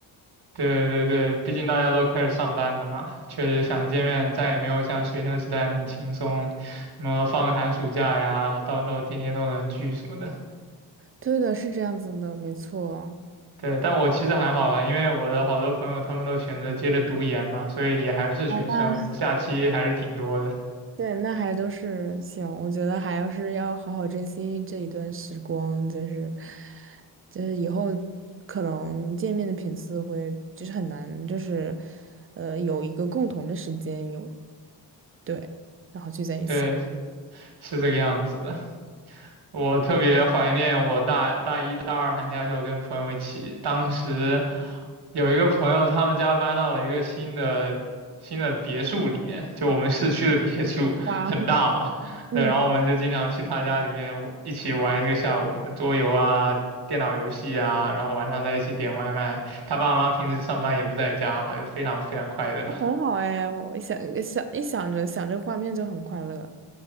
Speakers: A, on the right; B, on the right.
A: 对对对，毕竟大家都开始上班了嘛，确实想见面再也没有像学生时代那么轻松，什么放个寒暑假呀，到时候天天都能聚什么的。
B: 对的，是这样子的，没错。
A: 对，但我其实还好吧，因为我的好多朋友他们都选择接着读研嘛，所以也还是学生，
B: 好吧，那
A: 假期还是挺多的。
B: 对，那还都是行，我觉得还要是要好好珍惜这一段时光，就是就是以后可能见面的频次会就是很难，就是呃有一个共同的时间有对，然后聚在一起。
A: 对，是这个样子的。我特别怀念我大大一、大二寒假的时候跟朋友一起，当时有一个朋友，他们家搬到了一个新的新的别墅里面，就我们市区的别墅，
B: 哇，
A: 很大嘛。
B: 嗯，
A: 对，然后我们就经常去他家里面一起玩一个下午，什么桌游啊、电脑游戏啊，然后晚上在一起点外卖。他爸妈平时上班也不在家嘛，就非常非常快乐。
B: 很好哎，我想想一想着想着画面就很快乐。